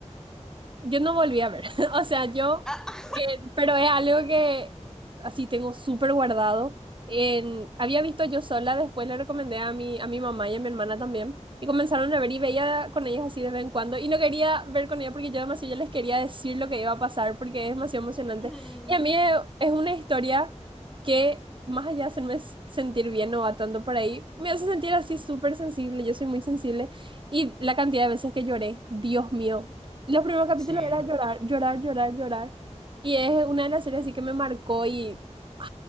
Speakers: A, on the right; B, in the centre.
A: Yo no volví a ver, <laughs> o sea, yo,
B: <laughs> Ah,
A: eh, pero es algo que así tengo súper guardado. En, había visto yo sola, después le recomendé a mi, a mi mamá y a mi hermana también, y comenzaron a ver y veía con ellas así de vez en cuando, y no quería ver con ellas porque yo demasiado ya les quería decir lo que iba a pasar porque es demasiado emocionante.
B: ah, mm,
A: Y a mí eh, es una historia que, más allá de hacerme s- sentir bien o va tanto por ahí, me hace sentir así súper sensible, yo soy muy sensible, y la cantidad de veces que lloré, Dios mío. Los primeros capítulos
B: sí,
A: era llorar, llorar, llorar, llorar. Y es una de las series así que me marcó y... ¡Ah,